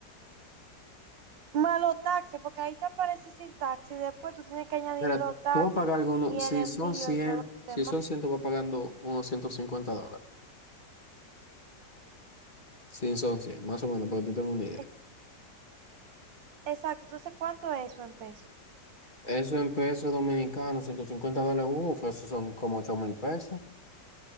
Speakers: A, on the right; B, on the left.
A: Malo taxes, porque ahí te aparece sin taxi, después tú tienes que añadir
B: Mira,
A: los taxes
B: tú vas a pagar algunos,
A: y el
B: si
A: envío
B: son 100,
A: y todo lo
B: si
A: demás.
B: son 100, tú vas pagando unos 150 dólares. Sin son 100, más o menos, para que tú tengas una idea.
A: Es- Exacto, entonces ¿cuánto es eso en pesos?
B: Eso en pesos dominicanos, 150 dólares, uff, eso son como ocho mil pesos.